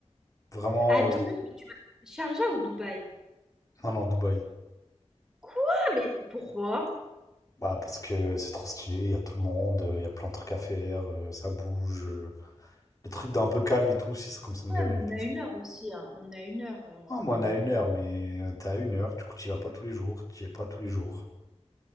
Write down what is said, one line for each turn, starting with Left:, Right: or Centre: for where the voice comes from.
Left: Vraiment,
Centre: À Dubaï,
Left: euh,
Centre: mais tu vas Sharjah ou Dubaï?
Left: un an à Dubaï.
Centre: Quoi? Mais pourquoi?
Left: Bah, parce que c'est trop stylé, il y a tout le monde, euh, il y a plein de trucs à faire, euh, ça bouge. euh. les trucs d'un peu calme et tout aussi, ça commence à me
Centre: Ouais,
Left: gaver.
Centre: mais
Left: un
Centre: on
Left: peu, je
Centre: a une
Left: crois.
Centre: heure aussi, hein, on a une heure, heu,
Left: Ah,
Centre: c'est
Left: moi,
Centre: pas
Left: on
Centre: non
Left: a
Centre: plus,
Left: une heure,
Centre: euh,
Left: mais euh, t'as une heure, du coup, t'y vas pas tous les jours, t'y es pas tous les jours.